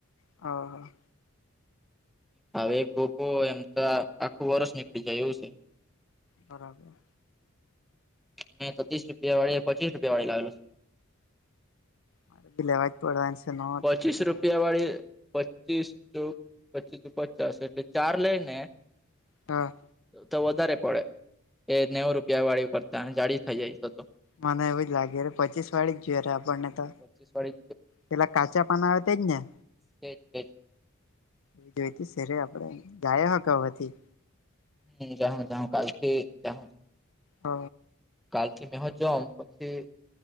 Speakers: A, on the left (about 70°); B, in the centre.
A: હા.
B: હવે એક ગોપો એમ તો આખું વર્ષ નીકળી જાય એવું છે.
A: બરાબર.
B: નહી તો ત્રીસ રૂપિયા વાળી પચીસ રૂપિયા વાળી લાવેલો છે.
A: મારે બિલેવા પડવાની છે નોટ.
B: પચીસ રૂપિયા વાળી પચીસ ચો પચીસ પચાસ એટલે ચાર લઈ ને
A: હા.
B: તો વધારે પડે એ નેવું રૂપિયા વાળી કરતા જાળી થઈ જાય તો તો.
A: મને એવું જ લાગે પચી વાળડીક જોયએ આપણને.
B: પચીસ વાળી
A: પેલા કાચા પાના આવે તેજ ને?
B: તે તે જ.
A: એ જોઈ સે ર આપડે ગાય બથી.
B: હ જાહું જાહું કાલ થી જાહું
A: હ.
B: કાલથી મે હોં જામ પછી